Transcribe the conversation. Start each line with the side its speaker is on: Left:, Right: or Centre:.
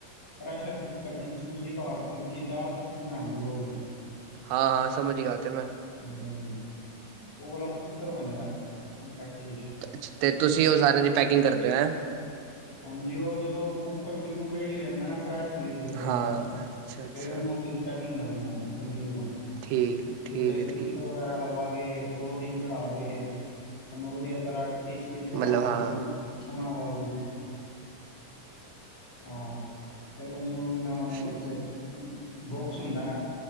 Left: ਪ੍ਰੈਸ਼ਰ ਕੁੱਕਰ ਵਿੱਚ ਤੁਸੀਂ ਘਰ ਸਬਜ਼ੀ ਦਾਲ ਸਬਜ਼ੀ ਬਣਾਉਂਦੇ ਹੋਵੋਗੇ
Right: ਹਾਂ ਹਾਂ ਸਮਝ ਗਿਆ ਉਹ ਤੇ ਮੈਂ
Left: ਨਹੀਂ ਨ ਉਹ ਨਾ ਕੂਕਰ ਬਨਦਾ ਫੈਕਟਰੀ ਚ
Right: ਅੱਛਾ ਤੇ ਤੁਸੀਂ ਉਹ ਸਾਰਿਆਂ ਦੀ ਪੈਕਿੰਗ ਕਰਦੇ ਹੋ, ਹੈਂ
Left: ਹਾਂਜੀ, ਉਹ ਜਦੋਂ ਕੁੱਕਰ ਬਿਲਕੁਲ ਰੇਡੀ ਹੋ ਜਾਂਦਾ ਨਾ ਫਰੈਸ਼ ਪੀਸ ਜਦੋਂ ਆਉਂਦਾ,
Right: ਹਾਂ ਅੱਛਾ ਅੱਛਾ
Left: ਫੇਰ ਉਹਨੂੰ ਅਸੀਂ ਪੈਕਿੰਗ ਕਰਨੇ ਹਾਂ ਚੰਗੀ ਤਰ੍ਹਾਂ
Right: ਠੀਕ ਠੀਕ
Left: ਉਹਦੇ ਸਟੀਕਰ
Right: ਹੈ ਠੀਕ
Left: ਵਗੈਰਾ ਲਗਾ ਕੇ ਪੋਲੋਥੀਨ ਚੜਾ ਕੇ, ਉਹਨੂੰ ਵਧੀਆ ਤਰ੍ਹਾਂ ਟਿਚ ਪਿਚ ਬਣਾ
Right: ਮਤਲਬ
Left: ਕੇ
Right: ਹਾਂ
Left: ਸੋਹਨਾ ਬਾਬੂ ਹਾਂ ਫਿਰ ਉਹਨੂੰ ਵੀ ਨਾਵੇਂ
Right: ਅੱਛਾ
Left: ਉਥੇ ਬੋਕਸ ਹੁੰਦਾ